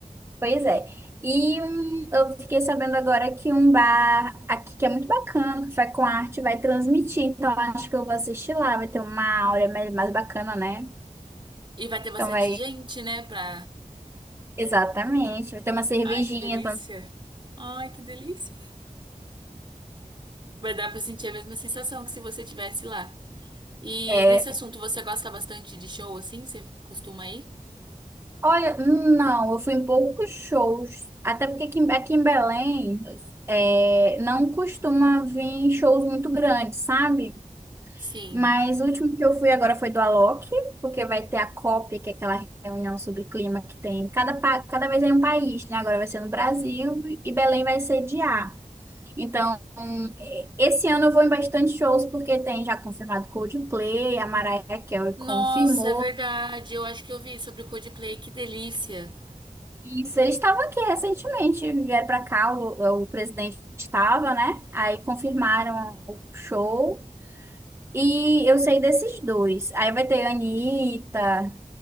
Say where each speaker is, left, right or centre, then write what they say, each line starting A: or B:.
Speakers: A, on the right; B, on the right.
A: Pois é. E hum, eu fiquei sabendo agora que um bar aqui que é muito bacana, Café com Arte, vai transmitir. Então acho que eu vou assistir lá. Vai ter uma aura mais mais bacana, né?
B: E vai ter bastante
A: Então vai.
B: gente, né? Pra.
A: Exatamente. Vai ter uma cervejinha.
B: Ai, que delícia!
A: então
B: Ai, que delícia! Vai dar pra sentir a mesma sensação que se você tivesse lá. E
A: É.
B: nesse assunto, você gosta bastante de show assim? Você costuma ir?
A: Olha, hum, não, eu fui em poucos shows. Até porque aqui, em- aqui em Belém é, não costuma vir shows muito grandes, sabe?
B: Sim.
A: Mas o último que eu fui agora foi do Alok, porque vai ter a COP, que é aquela reunião sobre clima que tem cada, pa- cada vez em um país, né? Agora vai ser no Brasil e Belém vai sediar. Então, eh, esse ano eu vou em bastante shows, porque tem já confirmado Coldplay, a Mariah Carey confirmou.
B: Nossa, é verdade. Eu acho que eu vi sobre o Coldplay, que delícia.
A: Isso, eles estavam aqui recentemente, vieram para cá, o, o presidente estava, né? Aí confirmaram o show. E eu sei desses dois. Aí vai ter Anitta.